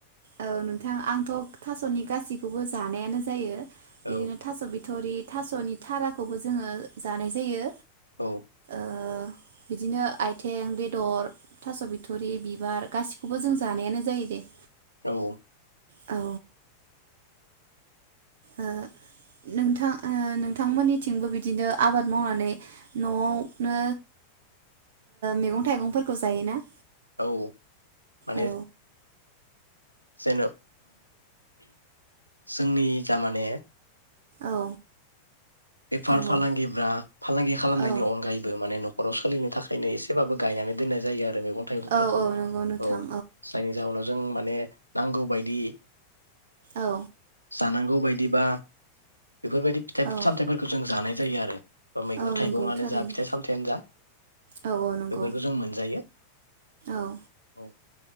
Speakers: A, on the right; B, on the right.
A: औ नोंथां आंथ' थास'नि गासैखौबो जानायानो जायो। बिदिनो
B: औ
A: थास' बि थ'रि थास'नि थाराखौबो जोङो जानाय जायो।
B: औ।
A: ओ बिदिनो आथिं, बेदर, थास' बिथरि, बिबार गासिखौबो जों जानायानो जायो दे।
B: औ।
A: औ। ओ नोंथां नोंथांमोननिथिंबो बिदिनो आबाद मावनानै न'आवनो मैगं थाइगंफोरखौ जायोना?
B: औ माने।
A: औ
B: जेन' जोंनि जा माने
A: औ।
B: बेफार
A: नंगौ
B: फालांगिफ्रा फालांगि खालामनायनि
A: औ
B: अनगायैबो माने नखर' सोलिनो थाखायनो एसेबाबो गायनानै दोननाय जायो आरो। आरो मैगं थाइगंफोरखौ
A: औ औ नंगौ नोंथां
B: औ जायनि जाहोनाव जों माने नांगौ बायदि
A: औ।
B: जानांगौ बायदिबा बेफोरबायदि फिथाइ
A: औ
B: फो जायो आरो। मैगं
A: औ
B: थाइगंनो
A: नंगौ थारैनो
B: जा फिथाइ सामथाययानो जा
A: औ औ नंगौ
B: बेफोरखौ जों मोनजायो
A: औ
B: औ।